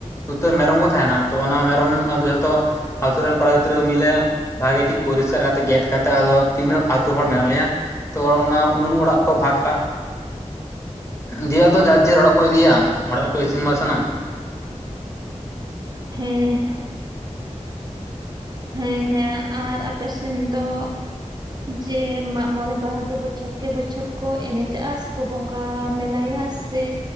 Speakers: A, on the left; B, on the right.
A: ᱩᱛᱟᱹᱨ ᱢᱮᱨᱚᱢ ᱠᱚ ᱛᱟᱦᱮᱱᱟ᱾ ᱛᱚ ᱚᱱᱟ ᱢᱮᱨᱚᱢ ᱟᱫᱚ ᱡᱚᱛᱚ ᱟᱛᱳ ᱨᱮᱱ ᱠᱚᱲᱟ ᱜᱤᱫᱽᱨᱟᱹ ᱢᱤᱞᱮ ᱵᱷᱟᱜᱮ ᱴᱷᱤᱠ ᱯᱚᱨᱤᱥᱠᱟᱨ ᱠᱟᱛᱮᱫ ᱜᱮᱫ ᱠᱟᱛᱮᱫ ᱟᱫᱚ ᱛᱤᱱᱟᱹᱜ ᱟᱹᱛᱩ ᱦᱚᱲ ᱢᱮᱱᱟᱜ ᱞᱮᱭᱟ ᱛᱚ ᱚᱱᱟ ᱩᱱ ᱚᱲᱟᱜ ᱠᱚ ᱵᱷᱟᱜ-ᱟ ᱾ ᱫᱤᱭᱟ ᱟᱫᱚ ᱡᱟᱨ ᱡᱮᱨ ᱚᱲᱟᱜ ᱠᱚ ᱤᱫᱤᱭᱟ ᱚᱲᱟᱜ ᱨᱮᱠᱚ ᱤᱥᱤᱱ ᱵᱟᱥᱟᱱᱟᱢ
B: ᱦᱮᱸ ᱦᱮᱸ
A: ᱾
B: ᱦᱮᱸ ᱦᱮᱸ ᱦᱮᱸ ᱦᱮᱸ ᱟᱨ ᱟᱯᱮ ᱥᱮᱱ ᱫᱚ ᱡᱮ ᱢᱟᱜᱢᱚᱬᱮ ᱵᱟᱦᱟ ᱫᱚ ᱵᱚᱪᱷᱚᱨ ᱠᱮ ᱵᱚᱪᱷᱚᱨ ᱠᱚ ᱮᱱᱮᱡᱟᱜ-ᱟ ᱥᱮᱠᱚ ᱵᱚᱸᱜᱟ ᱢᱮᱞᱟᱭᱟ ᱥᱮ